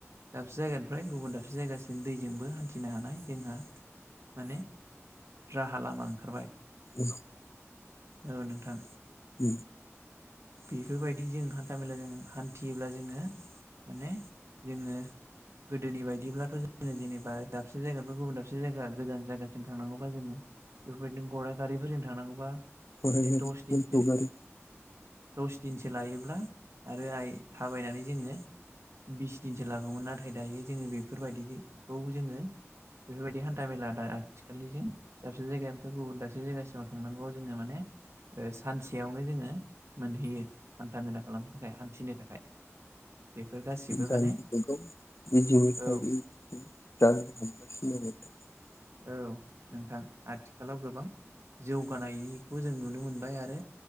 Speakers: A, on the right (about 65°); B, on the left (about 70°).
A: दाबसे जायगानिफ्राय गुबुन दाबसे जायगासिम दैजोंबो हान्थिनो हानाय जोंहा माने राहा लामा ओंखारबाय
B: उ
A: औ नोंथां
B: उ
A: बेफोरबायदि जों हान्था मेला जों हान्थियोब्ला जोङो माने जोङो गोदोनि बायदिब्लाथ' जोङो जेनेबा दाबसे जायगानिफ्राय गुबुन दाबसे जायगा गोजान जायगासिम थांनांगौबा जोङो बेफोरबायदिनो गराइ गारिफोरजों थांनांगौबा बिदिनो
B: गराइ गारि
A: दस दिनसो
B: मोसौ गारि
A: दस दिनसो लायोब्ला आरो आइ थाबायनानै जोङो बिस दिनसो लाङोमोन नाथाय दायो जोङो बेफोरबायदिखौ जोङो बेफोरबायदि हान्था मेला दा आथिखाललिजों दाबसे जायगानिफ्राय गुबुन दाबसे जायगासिमाव थांनांगौ जोंङो माने म सानसेयावनो जोङो मोनहैयो हान्था मेला खालामनो थाखाय हान्थिनो थाखाय बेफोर
B: दा
A: गासिबो माने
B: बेखौ
A: औ
B: जा
A: औ नोंथां आथिखालाव गोबां जौगानायनिखौ जों नुनो मोनबाय आरो